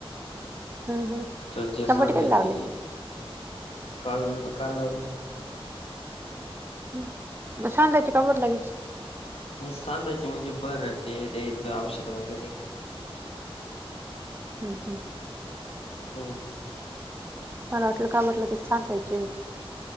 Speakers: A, on the right; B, on the left.
A: हं, हं.
B: तरची
A: टमाटे
B: सांगायची
A: कधी लागले
B: काल काल लावली
A: ह म छांतायची काबड लागेच
B: सांधाचे म्हणजे बर ते द्याचं औषध वगैरे
A: हम् हम्
B: हम
A: मला वाटलं का म्हटलं की छान पाहिजे